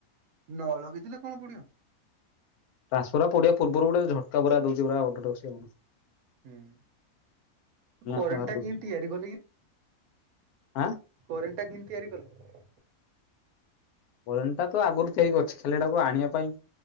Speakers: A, on the right; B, on the left.
A: ନ ଲଗେଇଥିଲେ କଣ ପୁଡିବ?
B: ଟ୍ରନ୍ସଫର ପୋଡିବା ପୂର୍ବ ଗୋଟେ ଝଟକା ପୁରା ଦଉଛି ପୁର ଅ <unintelligible>
A: ହୁଁ କରେଣ୍ଟ
B: ଫିଆଁ ବାହାରି କରିଦଉଛି।
A: କି ତିଆରି <inaudible>
B: ଆଁ
A: କରେଣ୍ଟ କିମିତି ତିଆରି କଲେ,?
B: କରେଣ୍ଟ ତ ଆଗରୁ ତିଆରି କରିଥିଲେ ଖାଲି ହେଇଟା ଆଣିବା ପାଇଁ